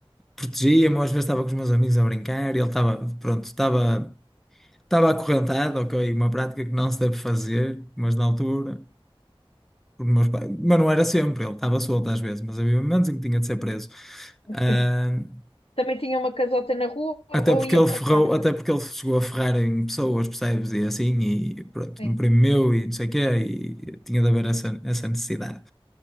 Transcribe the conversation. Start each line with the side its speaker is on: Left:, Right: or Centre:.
Centre: protegia-me, às vezes estava com os meus amigos a brincar e ele estava, pronto, estava. Estava acorrentado, ok, uma prática que não se deve fazer, mas na altura. Porque meus pais- Mas não era sempre, ele estava solto às vezes, mas havia momentos em que tinha de ser preso. Ah,
Left: Sim. Também tinha uma casota na rua ou
Centre: até porque
Left: ia
Centre: ele
Left: para
Centre: ferrou,
Left: casa.
Centre: até porque ele chegou a ferrar em pessoas, percebes? E assim, e pronto,
Left: Sim.
Centre: um primo meu e não sei o quê, e tinha de haver essa, essa necessidade.